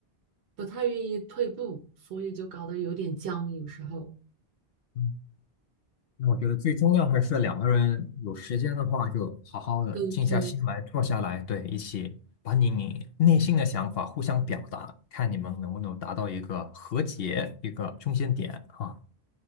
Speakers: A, on the right (about 85°); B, on the left (about 65°).
A: 不太愿意退步，所以就搞得有点僵，有时候
B: 嗯那我觉得最重要还是两个人有时间的话，就好好的静下心来，
A: 沟通，
B: 坐下来，对，一起把你你内心的想法互相表达，看你们能不能达到一个和解，一个中间点啊。